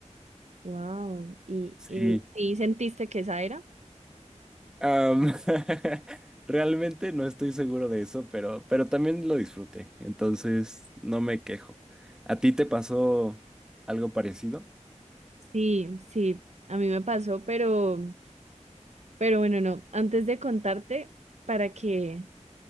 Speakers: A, on the right; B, in the centre.
A: Wow. ¿Y,
B: Sí,
A: y sí sentiste que esa era?
B: Am, <laughs> realmente no estoy seguro de eso, pero, pero también lo disfruté, entonces no me quejo. ¿A ti te pasó algo parecido?
A: Sí, sí, a mí me pasó, pero, pero bueno, no. Antes de contarte, para que,